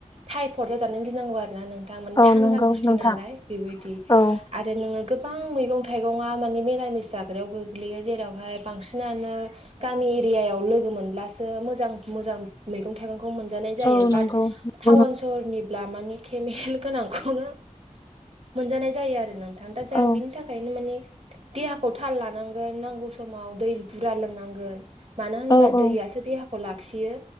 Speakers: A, on the right; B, on the left.
A: टाइपद जाजानानै गिनांगौ आरोना नों दा माने
B: औ
A: थान्दा
B: नंगौ
A: गुसु
B: नोंथां
A: नालाय बेबायदि
B: औ
A: आरो नोङो गोबां मैगं थाइगङा माने निरामिस जाग्रायाव गोग्लैयो जेरावहाय बांसिनानो गामि एरियायाव लोगो मोनब्लासो मोजां मोजां मैगं थाइगंखौ मोनजानाय जायो
B: औ नंगौ
A: बाट
B: नंगौ
A: टाउन
B: नों
A: सहरनिब्ला माने केमेकेल गोनांखौनो मोनजानाय जायो आरो नोंथां दा जा
B: औ
A: बिनि थाखाय बे ओंखायनो माने देहाखौ थाल लानांगोन नांगौ समाव दै बुरजा लोंनांगोन मानो होनोबा
B: औ
A: दैयासो
B: औ
A: देहाखौ लाखियो